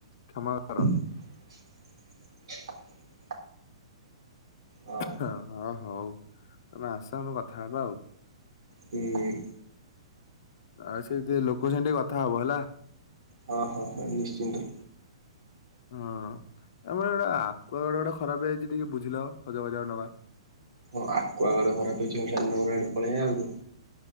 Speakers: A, on the left; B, on the right.
A: କ୍ଷମା କର।
B: <inaudible> ହଁ।
A: ହ ହଁ ହଉ ତମେ ଆସ ଆମେ କଥା ହେବା ଆଉ।
B: ହୁଁ।
A: ଆଉ ସେ ଟିକେ ଲୋକ ସାଙ୍ଗେ ଟିକେ କଥା ହବ ହେଲା।
B: ହଁ ହଁ ହଁ ନିଶ୍ଚିନ୍ତ।
A: ହଁ ଆମର ଗୋଟେ ଆକ୍ୱା ଗାର୍ଡ ଗୋଟେ ଖରାପ ହେଇଯାଇଛି ଟିକେ ବୁଝିିଲ ସଜ କରିବାକୁ ନବା।
B: ହଁ ଆକ୍ୱା ଗାର୍ଡ ଖରାପ ହେଇଛି ଚାର ନମ୍ବର ଆଡେ ପଳେଇବା ଆଉ।